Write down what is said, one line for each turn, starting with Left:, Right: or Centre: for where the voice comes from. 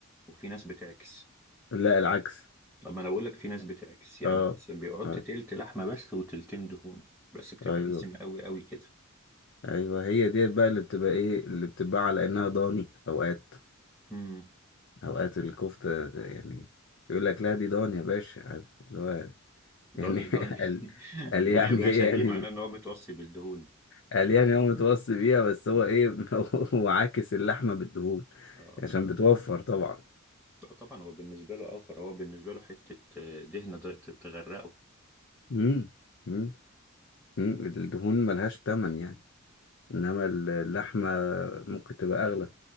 Centre: وفي ناس بتعكس
Left: لا العكس
Centre: أما أنا بقول لك في ناس بتعكس يعني
Left: اه
Centre: مثلا بيحط
Left: اه
Centre: تلت لحمة بس وتلتين دهون بس بتبقى
Left: ايوه
Centre: دسمة قوي قوي كده
Left: ايوه هي ديت بقى اللي بتبقى ايه اللي بتبقى على انها ضاني اوقات
Centre: امم
Left: اوقات الكفته يعني يقول لك لا دي ضاني يا باشا عارف اللي هو يعني
Centre: دوني
Left: <laughs>
Centre: دوني
Left: قال
Centre: <laughs>
Left: قال
Centre: دوني
Left: يعني
Centre: يا باشا
Left: هي
Centre: دي
Left: يعني
Centre: معناه ان هو متوصي بالدهون
Left: قال يعني هو متوصي بيها بس
Centre: مم.
Left: هو ايه <laughs> هو عاكس اللحمه بالدهون
Centre: اه
Left: عشان بتوفر طبعا
Centre: لا طبعا هو بالنسبه له اوفر هو بالنسبه له حته آه، دهنه تغ- تغرقه
Left: امم امم الدهون ملهاش تمن يعني انما اللحمه ممكن تبقى اغلى